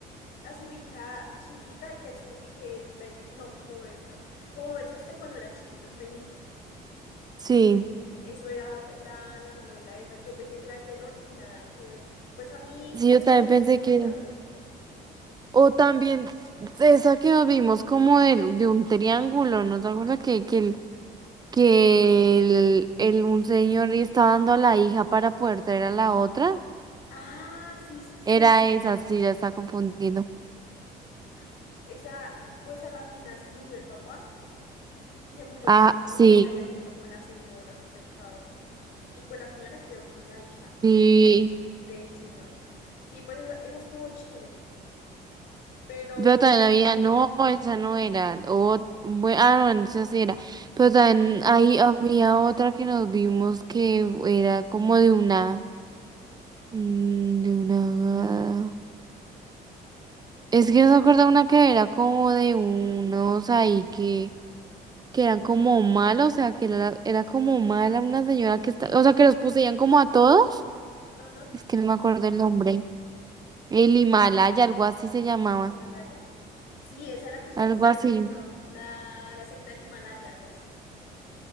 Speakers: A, on the left; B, on the right.
A: a su hija chiquita y que su, y que, la- no, como ver, no, como verse a usted cuando era chiquita, usted misma.
B: sí.
A: Eso era la, la, la novela esa. Yo pensé que era de terror y nada que ver. Pues a mí
B: Sí,
A: me
B: yo también
A: pareció
B: pensé
A: triste,
B: que
A: pero no me gustó.
B: O también esa que nos vimos como del- de, un triángulo, ¿no te acuerdas que, que, el, que el, el- un señor estaba dando a la hija para poder traer a la otra?
A: Ah, sí, sí, sí.
B: Era esa, sí, ya está confundiendo.
A: Ay, esa, pues a la final se murió el papá y se murió
B: Ah,
A: la otra
B: sí,
A: hija que la había tenido con la señora, qué pecado. Y pues la señora quedó con la hija.
B: sí.
A: del señor. Sí, pues esa, esa estuvo chévere, pero...
B: Pero también había, no, esa no era. O, bue- ah, no, esa sí era. Pero también ahí había otra que nos vimos que era como de una, mm, de una. Es que no se acuerda una que era como de unos ahí que, que eran como malos, o sea, que era, era como mala una señora que está, o sea, que los poseían como a todos.
A: Ajá,
B: Es que no me acuerdo el nombre. El Himalaya, algo así se llamaba,
A: el Himalaya. Sí, esa es la que usted
B: algo
A: me está
B: así.
A: diciendo, la, la secta del Himalaya, algo así.